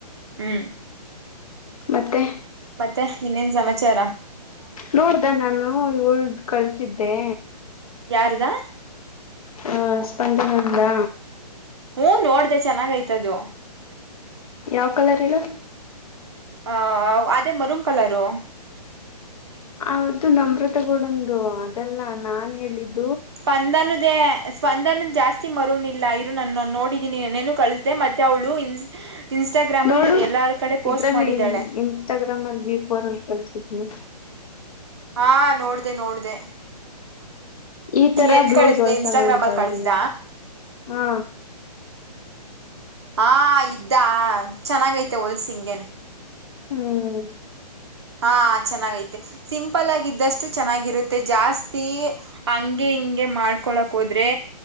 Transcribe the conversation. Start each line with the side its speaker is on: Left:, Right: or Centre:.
Right: ಹ್ಮ್
Left: ಮತ್ತೆ
Right: ಮತ್ತೆ ಇನ್ನೇನ್ ಸಮಸೆ ಬಚಾರಾ
Left: ನೋಡ್ದ ನಾನು ಏಳೆಂಟು ಕಳಸಿದ್ದೆ
Right: ಯಾರದಾ
Left: ಹಾ ಸ್ಪಂದನಂದದಾ
Right: ಹ್ಮ ನೋಡ್ದ ಚೆನ್ನಾಗೈತೆ ಅದು
Left: ಯಾವ್ ಕಲರ್ ಹೇಳು
Right: ಹ ಅದೇ ಮರೂಮ್ ಕಲರು
Left: ಅವತ್ತು ನಮ್ರತಗೂಡಂದು ಅದಲ್ಲ ನಾನ್ ಹೇಳಿದ್ದೆ
Right: ಸ್ಪಂದನದೇ ಸ್ಪಂದನ ಜಾಸ್ತಿ ಮರುನಿಲ್ಲ ನನ್ನ ನೋಡಿದ್ದೀನಿ ನನೇನು ಕಳಿಸಿದೆೆ ಮತ್ತೆ ಅವಳು ಇನ್ ಇನ್ಸ್ಟಾಗ್ರಾಮು
Left: ನೋಡು
Right: ಎಲ್ಲಾರ ಕಡೆ ಪೋಸ್ಟ್
Left: ಇದ್ರಲ್ಲಿ
Right: ಮಾಡಿದ್ದಾಳೆ
Left: ಇನ್ಸ್ಟಾಗ್ರಾಮ್ ಅಲ್ಲಿ ವಿಫೋರ್ ಅಂತ ಹೆ
Right: ಹಾ ನೋಡ್ದ ನೋಡ್ದ
Left: ಈ ತರ
Right: ಎಲ್
Left: ಬ್ಲೌಸ್
Right: ಕಳಿಸ್ದ
Left: ಹೊಲ್ಸಣ
Right: ಇನ್ಸ್ಟಾಗ್ರಾಮ್
Left: ಅಂತ
Right: ಅಲ್ಲಿ ಕಳಿಸ್ದ
Left: ಇದ್ದೀನಿ ಹಾ
Right: ಹ ಇದ್ದ ಚೆನ್ನಾಗೈತೆ ಹೊೋಲ್ಸಿ ಹಂಗೇನೆ
Left: ಹ್ಮ್
Right: ಹಾ ಚೆನ್ನಾಗೈತೆ ಸಿಂಪಲ್ ಆಗಿದ್ದಷ್ಟು ಚೆನ್ನಾಗಿರುತ್ತೆ ಜಾಸ್ತಿ ಹಂಗೆ ಹಿಂಗೆ ಮಾಡ್ಕೊಳಕ್ ಹೋದ್ರೆ